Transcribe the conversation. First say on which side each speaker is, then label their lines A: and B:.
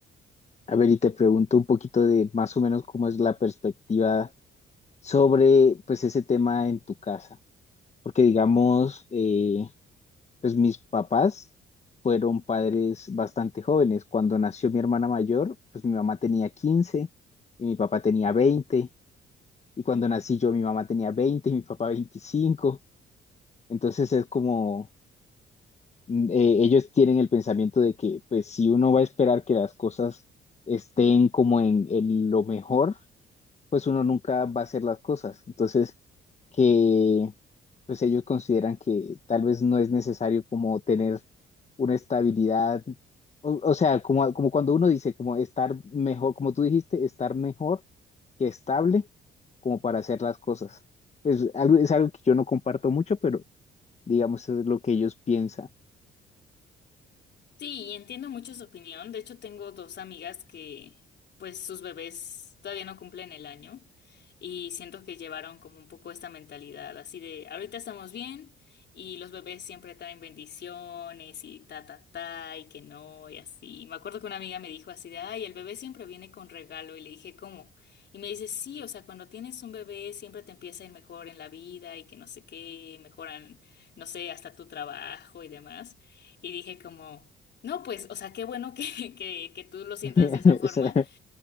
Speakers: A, on the left (about 35°); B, on the left (about 60°).
A: A ver, y te pregunto un poquito de más o menos cómo es la perspectiva sobre pues ese tema en tu casa, porque digamos, eh, pues mis papás fueron padres bastante jóvenes. Cuando nació mi hermana mayor, pues mi mamá tenía 15 y mi papá tenía 20 y cuando nací yo mi mamá tenía 20 y mi papá veinticinco Entonces es como, mm, eh, ellos tienen el pensamiento de que pues si uno va a esperar que las cosas estén como en en lo mejor, pues uno nunca va a hacer las cosas. Entonces, que pues ellos consideran que tal vez no es necesario como tener una estabilidad, o, o sea, como, como cuando uno dice, como estar mejor, como tú dijiste, estar mejor que estable, como para hacer las cosas. Es algo, es algo que yo no comparto mucho, pero digamos es lo que ellos piensan.
B: Sí, y entiendo mucho su opinión. De hecho, tengo dos amigas que, pues, sus bebés todavía no cumplen el año y siento que llevaron como un poco esta mentalidad así de, ahorita estamos bien y los bebés siempre traen bendiciones y ta, ta, ta, y que no, y así. Me acuerdo que una amiga me dijo así de, ay, el bebé siempre viene con regalo y le dije, ¿cómo? Y me dice, sí, o sea, cuando tienes un bebé siempre te empieza a ir mejor en la vida y que no sé qué, mejoran, no sé, hasta tu trabajo y demás. Y dije como... No, pues, o sea, qué bueno que, que, que tú lo sientas
A: <laughs>
B: de esa forma,